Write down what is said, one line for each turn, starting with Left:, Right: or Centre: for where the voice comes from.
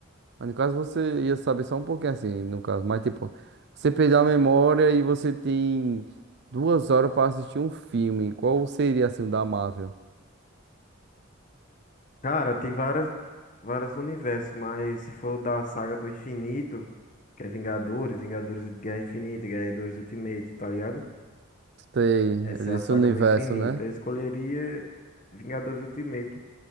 Right: mas no caso você ia saber só um pouquinho assim, no caso, mas tipo, você perdeu a memória e você tem duas horas para assistir um filme. Qual seria assim o da Marvel?
Left: Cara, tem várias, vários universos, mas se for da saga do infinito, que é Vingadores, Vingadores de Guerra Infinita, Vingadores Ultimate, tá ligado?
Right: Sei,
Left: Essa
Right: desse
Left: é a saga
Right: universo,
Left: do infinito.
Right: né?
Left: Eu escolheria Vingadores Ultimate.